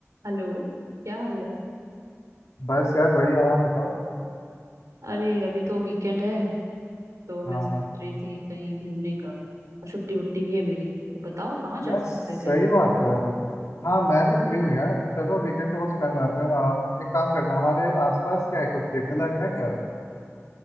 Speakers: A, on the right; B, on the left.
A: हेलो क्या हाल है
B: बस यार बढ़िया हूँ, आप बताओ
A: अरे अभी तो वीकेंड है तो मैं
B: हाँ
A: सोच
B: हाँ
A: रही थी कहीं घूमने का और छुट्टी वुट्टी भी है मेरी तो बताओ कहाँ जा
B: यार
A: सकते
B: सही
A: हैं कहीं
B: बात है हाँ मैं भी फ्री हूँ यार चलो वीकेंड का कुछ प्लान बनाते हैं अम, एक काम करते हैं हमारे आसपास क्या है कुछ देखने लायक है क्या